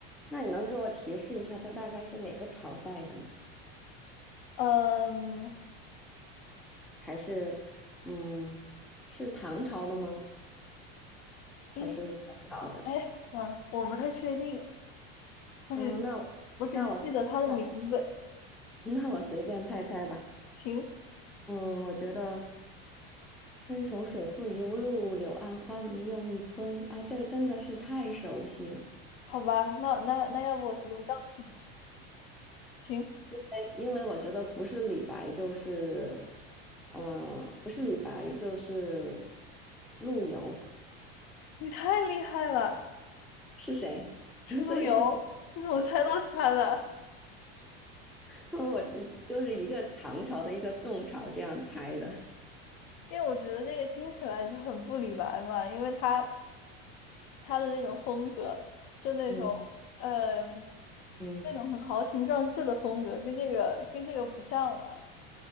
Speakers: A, in the centre; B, on the left.
A: 那你能给我提示一下，他大概是哪个朝代的吗？
B: 嗯，
A: 还是嗯，是唐朝的吗？
B: 应，
A: 还是宋朝的？
B: 哎，哇，我不太确定，我只
A: 嗯，那我那我随便猜
B: 我只是记得他的名字，
A: <laughs> 那我随便猜猜吧。
B: 行，
A: 嗯，我觉得“山重水复疑无路，柳暗花明又一村”，哎，这个真的是太熟悉了。
B: 好吧，那那那要不我直接告诉你，行，
A: 哎因为我觉得不是李白就是，呃，不是李白就是陆游，
B: 你太厉害了。
A: 是谁？<laughs>
B: 吃路由，
A: 所以是，<laughs>
B: 你怎么猜到是他的？
A: 我就是一个唐朝的一个宋朝这样猜的。
B: 因为我觉得这个听起来就很不李白嘛，因为他他的那种风格，就那种嗯，
A: 嗯嗯。
B: 那种很豪情壮志的风格，跟这个跟这个不像嘛。